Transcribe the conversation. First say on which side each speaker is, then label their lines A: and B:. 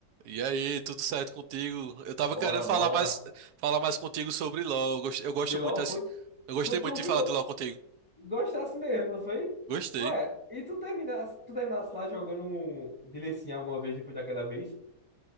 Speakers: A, on the right (about 70°); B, in the centre.
A: E aí, tudo certo contigo? Eu tava
B: Bora,
A: querendo falar
B: bora.
A: mais, falar mais contigo sobre LoL. Eu gosto, eu gosto
B: De LOL
A: muito assim.
B: foi?
A: Eu gostei
B: Tu,
A: muito
B: tu
A: de
B: ficou.
A: falar de LoL contigo.
B: Gostasse mesmo, não foi?
A: Gostei.
B: Olha, e tu terminasse, tu terminasse lá jogando um de Lee Sin alguma vez depois daquela vez?